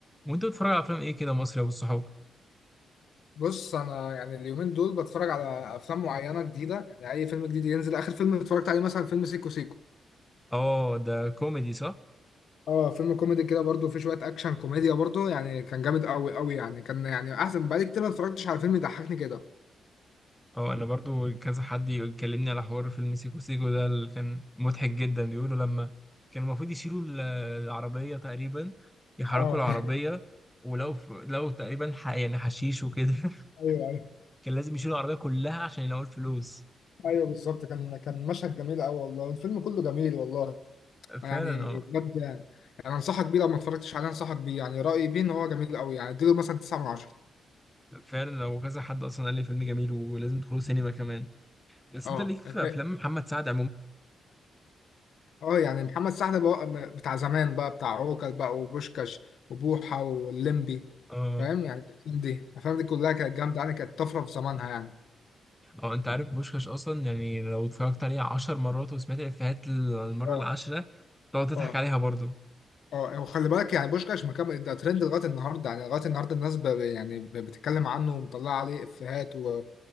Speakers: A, in the centre; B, on the left (about 75°).
A: وانت بتتفرج على افلام ايه كده مصري يا ابو الصحاب
B: بص انا يعني اليومين دول بتفرج على افلام معينه جديده يعني اي فيلم جديد ينزل اخر فيلم اتفرجت عليه مثلا فيلم سيكو سيكو
A: اه ده كوميدي صح
B: اه فيلم كوميدي كده برضو فيه شويه اكشن كوميديا برضو يعني كان جامد قوي قوي يعني كان يعني احسن بقالي كتير ما اتفرجتش على فيلم يضحكني كده
A: اه انا برضو كذا حد يكلمني على حوار فيلم سيكو سيكو ده اللي كان مضحك جدا بيقولوا لما كان المفروض يشيلوا ال- العربية تقريبا يحركوا
B: اه
A: العربية
B: <laughs>
A: ولو ف... لو تقريبا ح... يعني حشيش وكده <laughs>
B: ايوه ايوه
A: كان لازم يشيلوا العربية كلها عشان يلاقوا الفلوس
B: ايوه بالظبط كان كان مشهد جميل قوي والله الفيلم كله جميل والله
A: فعلا
B: يعني
A: اه
B: بجد يعني انصحك بيه لو ما اتفرجتش عليه انصحك بيه يعني رايي بيه ان هو جميل قوي يعني اديله مثلا 9 من 10
A: فعلا لو كذا حد اصلا قال لي فيلم جميل ولازم تدخلوا سينما كمان بس
B: اه
A: انت ليك في
B: انت
A: افلام محمد سعد
B: اه يعني محمد سعد بقى م- بتاع زمان بقى بتاع عوكل بقى وبوشكاش وبوحة واللمبي
A: عموما
B: فاهم يعني الأفلام دي الأفلام دي كلها كانت جامدة يعني كانت طفرة في زمانها يعني
A: هو انت عارف بوشكاش اصلا يعني لو اتفرجت عليه عشر مرات وسمعت الافيهات المره
B: اه
A: العاشره تقعد تضحك
B: اه
A: عليها برضو
B: اه وخلي بالك يعني بوشكاش مكمل ده ترند لغاية النهاردة يعني لغاية النهاردة الناس ب... يعني ب- بتتكلم عنه ومطلعة عليه إفيهات و... و...